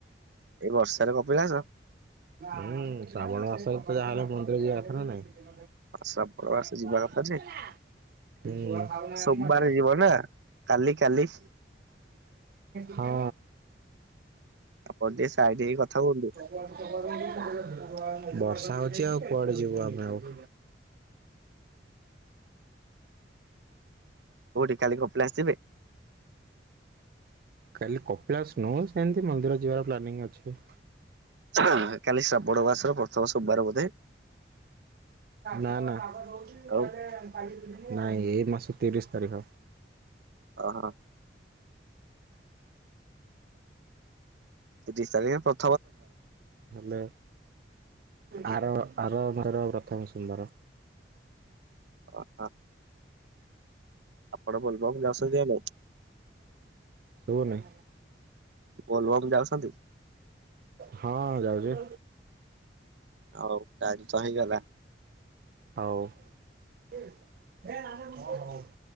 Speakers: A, on the right; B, on the right.
A: ଏଇ ବର୍ଷାରେ କପିଳାସ?
B: ହୁଁ ଶ୍ରାବଣ ମାସରେ ତ ଯାହାହଲେ ମନ୍ଦିର ଯିବା କଥା ନା ନାଇଁ?
A: ଶ୍ରାବଣ ମାସ
B: <inaudible>
A: ଯିବା କଥା ଯେ
B: ହୁଁ। ଛୁଆ ଖାଉନାହାନ୍ତି
A: ସୋମବାର
B: ଭାତ।
A: ଯିବ ନା କାଲି କାଲି
B: ହଁ।
A: ଆପଣ ଟିକେ ସାଇଟ୍ ହେଇକି କଥା ହୁଅନ୍ତୁ।
B: ବର୍ଷା ହଉଛି ଆଉ କୁଆଡେ ଯିବୁ ଆମେ ଆଉ?
A: କୋଉଠି କାଲି କପିଳାସ ଯିବେ?
B: କାଲି କପିଳାସ ନୁହଁ ସେମିତି ମନ୍ଦିର ଯିବାର ପ୍ଲାନିଂ ଅଛି।
A: ଛା କାଲି ଶ୍ରାବଣ ମାସର ପ୍ରଥମ ସୋମବାର ବୋଧେ?
B: ନା ନା ନାଇଁ
A: ଆଉ
B: ଏଇ ମାସ ତିରିଶ ତାରିଖ।
A: ଓହୋ। ତିରିଶ ତାରିଖ ପ୍ର
B: ଲେ ଆର ଆର ମାସର ପ୍ରଥମ ସୋମବାର।
A: ଓହୋ। ଆପଣ ବୋଲ୍ ବମ୍ ଯାଉଛନ୍ତି ନ ନାହିଁ?
B: ଶୁଭୁନି।
A: ବୋଲବମ୍ ଯାଉଛନ୍ତି?
B: ହଁ ଯାଉଛି।
A: ଆଉ ଟାଇମ୍ ତ ହେଇଗଲା।
B: ହଉ